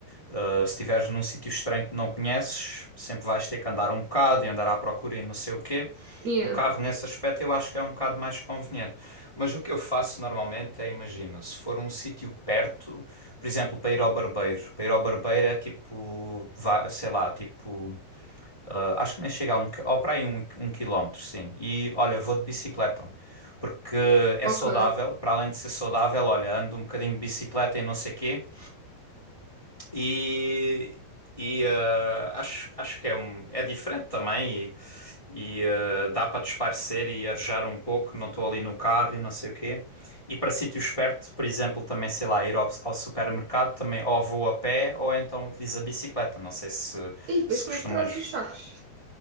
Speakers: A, on the left; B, on the right.
A: Uh, se estiveres num sítio estranho que não conheces, sempre vais ter que andar um bocado e andar à procura e não sei o quê.
B: Yeah,
A: O carro, nesse aspecto, eu acho que é um bocado mais conveniente. Mas o que eu faço normalmente é, imagina, se for um sítio perto, por exemplo, para ir ao barbeiro. Para ir ao barbeiro é tipo, vá- sei lá, tipo, ah, acho que nem chega a um, qui- ou para aí um, um quilómetro, sim. E olha, vou de bicicleta. Porque é
B: ok.
A: saudável, para além de ser saudável, olha, ando um bocadinho de bicicleta e não sei quê. E, e eh, acho, acho que é, um, é diferente também e, e, eh, dá para disparecer e arejar um pouco, não estou ali no carro e não sei o quê. E para sítios perto, por exemplo, também, sei lá, ir ao, ao supermercado também ou vou a pé ou então utilizo a bicicleta. Não sei se,
B: E depois
A: se
B: como
A: costumas
B: é que trazes os sacos?